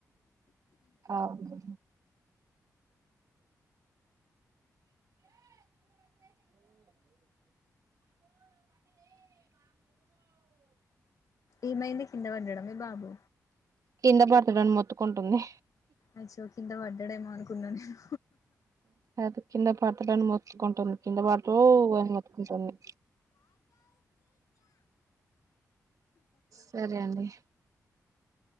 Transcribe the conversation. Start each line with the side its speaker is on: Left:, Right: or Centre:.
Right: అవును
Left: ఏమైంది కింద పడ్డాడా మీ బాబు
Right: కింద పడతాడని మొత్తుకుంటుంది
Left: అచ్చో కింద పడ్డాడేమో అనుకున్నా నేను
Right: అదే కింద పడతాడని మోత్తుకుంటుంది కింద పడితే అని ముత్తుకుంటుంది సరే అండి